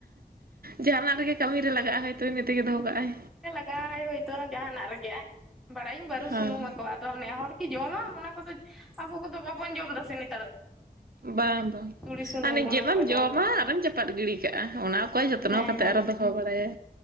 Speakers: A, on the right; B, in the centre.
A: ᱡᱟᱦᱟᱸᱱᱟᱜ ᱨᱮᱜᱮ ᱠᱟᱹᱢᱤᱨᱮ ᱞᱟᱜᱟᱜᱼᱟ ᱦᱳᱭᱛᱟ ᱤᱱᱟᱹ ᱛᱮᱜᱮ ᱫᱚᱦᱚ ᱠᱟᱜᱼᱟᱭ᱾
B: ᱞᱟᱜᱟᱣᱟᱭ ᱦᱳᱭᱛᱚ ᱡᱟᱦᱟᱱᱟᱜ ᱨᱮᱜᱮ ᱵᱟᱲᱟᱭᱤᱧ ᱵᱟᱹᱨᱩ
A: ᱦᱮᱸ
B: ᱥᱩᱱᱩᱢᱟᱠᱚ, ᱟᱫᱟ ᱚᱱᱮ ᱦᱚᱲ ᱠᱤ ᱡᱚᱢᱟᱢ ᱚᱱᱟ ᱠᱚᱫᱚ ᱟᱵᱚ ᱠᱚᱫᱚ ᱵᱟᱵᱚᱱ ᱡᱚᱢ ᱫᱟᱥᱮ ᱱᱤᱛ
A: ᱵᱟᱝ ᱵᱟᱝ
B: ᱥᱩᱱᱩᱢ
A: ᱟᱨ ᱱᱤᱡᱮᱡᱟᱢ
B: ᱚᱱᱟ ᱠᱚ ᱡᱚᱢ
A: ᱡᱚᱢᱟ
B: ᱦᱩᱭᱩᱜ
A: ᱟᱨᱮᱢ ᱪᱟᱯᱟᱫ ᱜᱤᱰᱤ ᱠᱟᱜᱼᱟ, ᱚᱱᱟ ᱚᱠᱚᱭ ᱡᱚᱛᱱᱚ
B: ᱦᱮᱸ
A: ᱠᱟᱛᱮᱫ ᱟᱨᱚ ᱫᱚᱦᱚ ᱵᱟᱲᱟᱭᱟ᱾